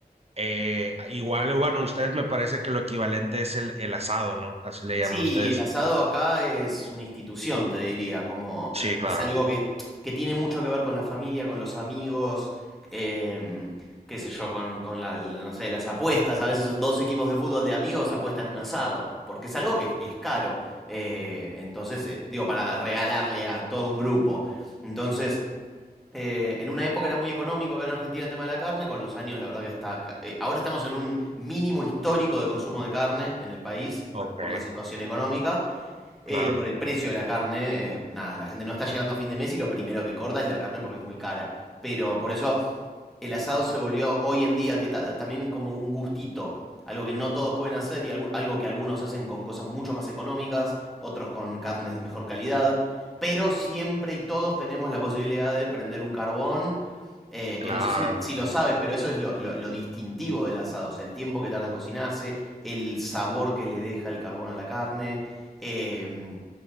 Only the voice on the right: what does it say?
Eh, igual, bueno, ustedes me parece que lo equivalente es el, el asado, ¿no? Así le
llaman ustedes.
Sí, claro.
Ok,
claro,
claro,